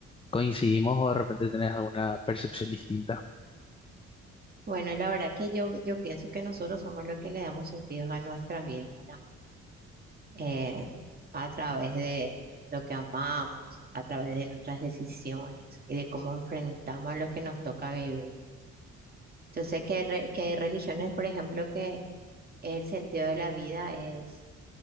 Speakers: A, on the left; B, on the right.
A: coincidimos o de repente tenés alguna percepción distinta.
B: Bueno, la verdad que yo, yo pienso que nosotros somos los que le damos sentido a nuestra vida, ¿verdad? eh, a través de lo que amamos, a través de nuestras decisiones y de cómo enfrentamos lo que nos toca vivir. Yo sé que hay, re- que hay religiones, por ejemplo, que el sentido de la vida es